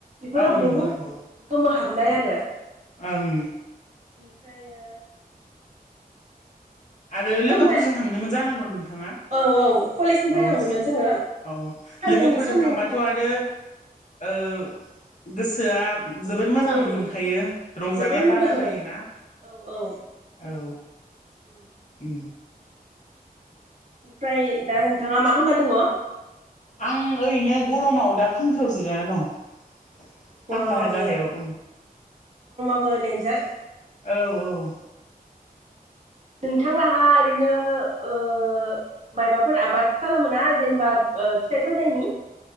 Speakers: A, on the right; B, on the left.
A: बेफोरो
B: औ नंगौ
A: बहुद
B: नंगौ
A: गोमोहाबनाय आरो।
B: ओं।
A: इनिफ्रायो
B: आरो लोगोफोरजों
A: फोरमाय
B: थांदोंमोन जानांगौ ओंओ
A: औ औ कलेजनिफ्राय
B: औ
A: थांदोंमोन
B: औ
A: जोङो
B: औ
A: साननैनि
B: लोगोफोरजों
A: साननैनि
B: थांबाथ'
A: थाखाय
B: आरो ओ गोसोआ जोबोद मोजांआनो
A: उम
B: मोनखायो रंजानाया
A: जोबोर मोजां
B: बारा जायोना।
A: औ औ
B: औ।
A: उम
B: उ।
A: ओमफ्राय दा नोंथाङा मा खालामबा दङ?
B: आं ओरैनो गरमाव दा फांखआव जिरायनानै दं।
A: गरमाबो
B: फांखा गाहायाव।
A: बो देनजार
B: औ औ।
A: नोंथांलाहा ओरैनो ओ मायबाफोर आबाद खालामो ना जेनेबा ओ फिथाइ सामथाइनि?